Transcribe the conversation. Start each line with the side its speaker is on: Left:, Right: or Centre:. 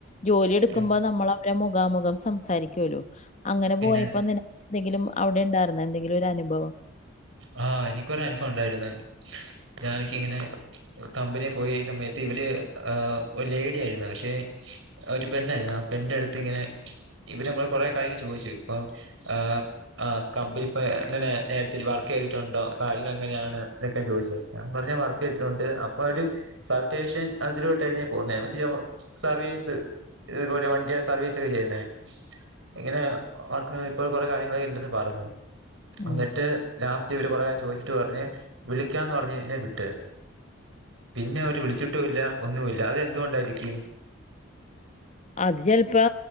Left: ജോലി എടുക്കുമ്പോ
Right: ആ
Left: നമ്മള രെ മുഖാമുഖം സംസാരിക്കുവോലോ അങ്ങനെ
Right: പിന്നെ
Left: പോയപ്പോ നിന എന്തെങ്കിലും അവിടെ ഉണ്ടായിരുന്നൊ എന്തെങ്കിലും ഒരനുഭവം
Right: ആ എനികൊരനുഫവം ഒണ്ടായിരുന്ന് ഞാൻ എനിക്ക് ഇങ്ങനെ കമ്പിനി പോയ് സമയത്ത് ഇവര് ഒരു ലേഡിയായിര്ന്നു പക്ഷെ ഒരു പെണ്ണായിര്ന്നു ആ പെണ്ണിന്റെ അട്ത്ത് ഇങ്ങനെ ഇവര് നമ്മൾ കൊറേ കാര്യങ്ങൾ ചോയിച്ച് ഇപ്പം ആ ആ കമ്പിനി പ്പം ഇങ്ങനെ നേരത്തെ വർ കെയ്തിട്ടുണ്ടോ കാര്യങ്ങളെങ്ങനെയാണ് ഇതൊക്കെ ചോയ്ച്ചെ ഞാൻ പറഞ് വർകെയ്തിട്ടൊണ്ട് അപ്പവര് സർവിടെഷൻ <unintelligible> ഞാൻ പോവുന്നെ <unintelligible> സർവീസ് <unintelligible> വണ്ടീടെ സർവീസൊക്കെ ചെയ്യുന്നേ ഇങ്ങനെ വർക്കിനൊയപ്പോ കൊറേ കാര്യങ്ങൾ ഇണ്ടെന്ന് പറഞ്ഞു
Left: ഉം
Right: അന്നിട്ട് ലാസ്റ്റ് ഇവര് പറയാൻ ചോദിച്ചിട്ട് പറഞ്ഞ് വിളിക്കാന്ന് പറഞ്ഞ് എന്നെ വിട്ട് പിന്നെ അവര് വിളിച്ചിട്ടും ഇല്ല ഒന്നുമില്ല അതെന്തുകൊണ്ടായിരിക്കും
Left: അത് ചിലപ്പോ